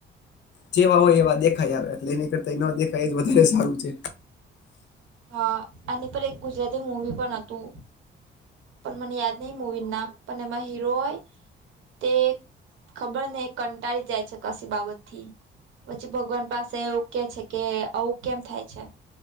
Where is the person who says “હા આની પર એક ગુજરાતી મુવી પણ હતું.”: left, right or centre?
Right